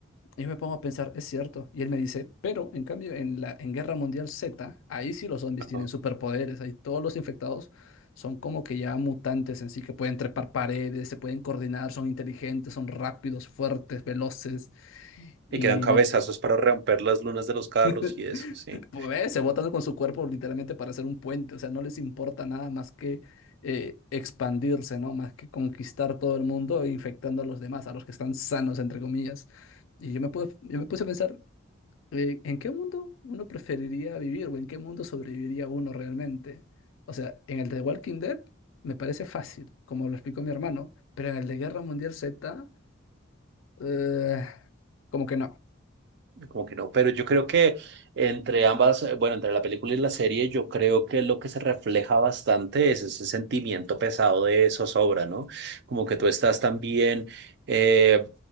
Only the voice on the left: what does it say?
yo me pongo a pensar, es cierto. Y él me dice, pero en cambio en la en Guerra Mundial Z, ahí sí los zombies
tienen superpoderes, ahí todos los infectados son como que ya mutantes en sí, que pueden trepar paredes, se pueden coordinar, son inteligentes, son rápidos, fuertes, veloces. Y
me
<laughs>
Pues, se botan con su cuerpo literalmente para hacer un puente, o sea, no les importa nada más que eh, expandirse, ¿no? Más que conquistar todo el mundo e infectando a los demás, a los que están sanos, entre comillas. Y yo me puse, yo me puse a pensar, eh, ¿en qué mundo uno preferiría vivir o en qué mundo sobreviviría uno realmente? O sea, en el de Walking Dead me parece fácil, como lo explicó mi hermano, pero en el de Guerra Mundial Z, eh, como que no.